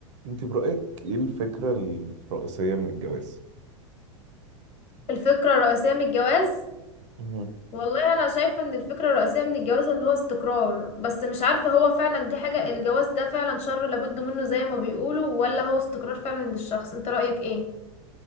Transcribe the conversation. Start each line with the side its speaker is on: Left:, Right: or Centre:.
Right: انت برأيك ايه الفكرة الرئيسية من الجواز؟
Left: الفكرة الرئيسية من الجواز
Right: مهم.
Left: والله أنا شايفة إن الفكرة الرئيسية من الجواز اللي هو استقرار بس مش عارفة هو فعلا دي حاجة الجواز ده فعلا شر لابد منه زي ما بيقولوا ولا هو استقرار فعلا للشخص انت رأيك ايه؟